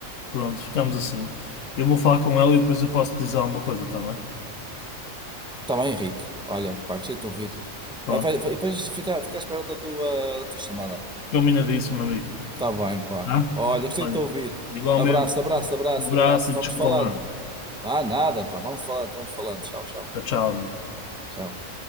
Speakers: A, on the left; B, in the centre.
A: Pronto, ficamos assim. Eu vou falar com ela e depois eu posso te dizer alguma coisa, tá bem?
B: Está bem, Henrique. Olha, pá, gostei de te ouvir.
A: Pronto.
B: Vai, vai, vai, e depois fica, fica à espera da tua, da tua chamada.
A: Combinadíssimo, amigo.
B: Está bem, pá.
A: Tá?
B: Olha, gostei
A: Olha,
B: de te ouvir.
A: igualmente,
B: Abraço, abraço, abraço,
A: um abraço
B: abraço.
A: e
B: Vamos
A: desculpa
B: falando.
A: lá.
B: Ah, nada, pá. Vamos falando, vamos falando. Tchau, tchau,
A: Tchau, tchau, amigo.
B: tchau.